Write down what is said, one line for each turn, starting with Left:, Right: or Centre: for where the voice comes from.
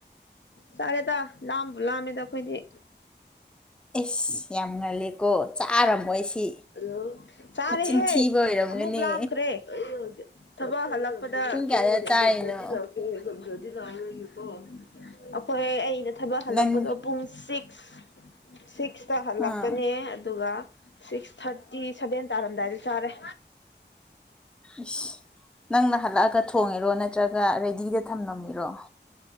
Left: ꯁꯔꯦꯗ ꯂꯕꯨ ꯂꯥꯃꯦꯗꯈꯣꯏꯗꯤ
Centre: ꯑꯦꯁ ꯌꯥꯝ ꯉꯜꯂꯦꯀꯣ ꯆꯥꯔꯝꯃꯣꯏ ꯑꯩ ꯁꯤ
Left: ꯂ ꯆꯥꯔꯦꯍꯦ
Centre: ꯃꯆꯤꯟ ꯊꯤꯕ ꯑꯣꯏꯔꯝꯒꯅꯤ
Left: ꯑꯃꯨꯛ ꯂꯥꯝꯈ꯭ꯔꯦ ꯊꯕꯛ ꯍꯜꯂꯛꯄꯗ
Centre: ꯄꯨꯡ ꯀꯌꯥꯗ ꯆꯥꯔꯤꯅꯣ
Left: ꯉꯃꯗꯤ ꯂꯦꯣ ꯑꯩꯈꯣꯏ ꯑꯩꯅ ꯊꯕꯛ ꯍꯜꯂꯛꯄꯗꯣ
Centre: ꯅꯪ
Left: ꯄꯨꯡ ꯁꯤꯛꯁ ꯁꯤꯛꯁꯇ ꯍꯜꯂꯛꯄꯅꯦ
Centre: ꯑꯥ
Left: ꯑꯗꯨꯒ ꯁꯤꯛꯁ ꯊꯥꯔꯇꯤ ꯁꯚꯦꯟ ꯇꯥꯔꯝꯗꯥꯏꯗꯤ ꯆꯥꯔꯦ
Centre: ꯏꯁꯁ ꯅꯪꯅ ꯍꯜꯂꯛꯑꯒ ꯊꯣꯡꯉꯤꯔꯣ ꯅꯠꯇ꯭ꯔꯒ ꯔꯦꯗꯤꯗ ꯊꯝꯂꯝꯃꯤꯔꯣ